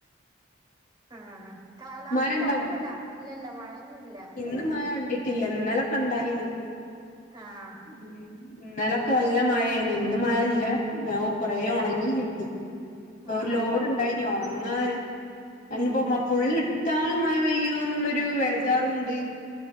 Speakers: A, on the right; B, on the left.
A: ആഹ് കാലാവസ്ഥ
B: മഴ ഇണ്ടോ
A: കൊഴപ്പൊന്നൂല്ല ഇല്ല ഇല്ല മഴയൊന്നൂല്ല
B: ഇന്ന് മഴ കണ്ടിട്ടില്ല ഇന്നലൊക്കെ ണ്ടായിനു.
A: ആഹ്
B: ഉം ഇന്നലൊക്കെ നല്ല മഴേനു ഇന്ന് മഴ ഇല്ല കൊറെ ഉണങ്ങി കിട്ടി ഒരു
A: ആഹ്
B: ലോഡ്
A: ഇൻ
B: ഇണ്ടായി ഞ്ഞി ഉണങ്ങാൻ അതിന് പ്പോ ഫുൾ ഇട്ടാൽ മഴ പെയ്യൊന്നുള്ള ഒരു വെജ വേജാറുണ്ട്